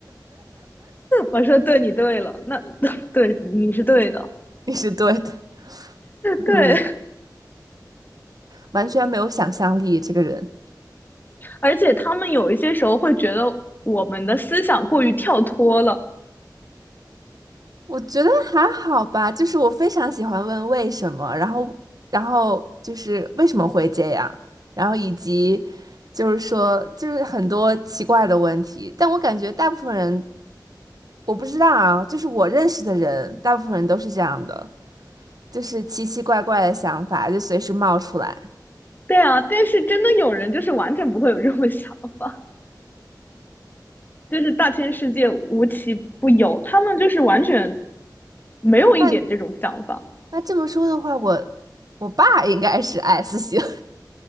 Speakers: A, on the left (about 25°); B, on the right (about 60°).
A: 我说，对，你对了，那 <laughs> 对你是对的，
B: 你是对的，嗯，
A: 对。<laughs>
B: 完全没有想象力，这个人。
A: 而且他们有一些时候会觉得我们的思想过于跳脱了，
B: 我觉得还好吧，就是我非常喜欢问为什么，然后，然后就是为什么会这样，然后以及就是说，就是很多奇怪的问题，但我感觉大部分人我不知道啊，就是我认识的人，大部分人都是这样的，就是奇奇怪怪的想法就随时冒出来。
A: 对啊，但是真的有人就是完全不会有这种 <laughs> 想法，就是大千世界无奇不有，他们就是完全没有一点这种想法，
B: 那那这么说的话，我我爸应该是 S 型，